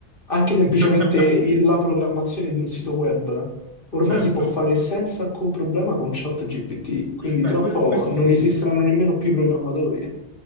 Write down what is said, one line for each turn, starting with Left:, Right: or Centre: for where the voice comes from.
Left: Anche semplicemente
Right: <laughs>
Left: il- la programmazione di un sito web ormai
Right: certo.
Left: si può fare senza alcun problema con ChatGPT, quindi
Right: Beh,
Left: tra
Right: que-
Left: un po'
Right: questo
Left: non
Right: sì.
Left: esisteranno nemmeno più i programmatori.